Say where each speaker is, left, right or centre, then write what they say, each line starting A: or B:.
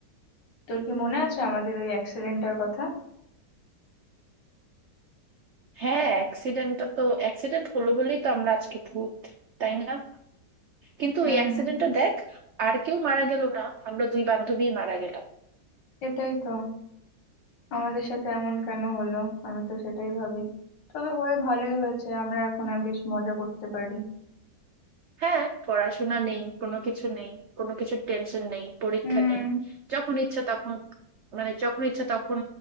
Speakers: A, on the left; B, on the right.
A: তোর কি মনে আছে আমাদের ওই অ্যাক্সিডেন্টটার কথা
B: হ্যাঁ অ্যাক্সিডেন্টটা তো অ্যাক্সিডেন্ট হলো বলেই তো আমরা আজকে ভূত তাই না কিন্তু
A: হুম
B: ওই অ্যাক্সিডেন্টটা দেখ আর কেউ মারা গেল না আমরা দুই বান্ধবী মারা গেলাম
A: সেটাই তো আমাদের সাথে এমন কেন হলো আমি তো সেটাই ভাবি তবে হয়ে ভালোই হয়েছে আমরা এখন আর বেশ মজা করতে পারি
B: হ্যাঁ পড়াশোনা নেই কোনো কিছু নেই কোনো কিছুর টেনশন নেই পরীক্ষা
A: হুম
B: নেই যখন ইচ্ছা তখন মানে যখন ইচ্ছা তখন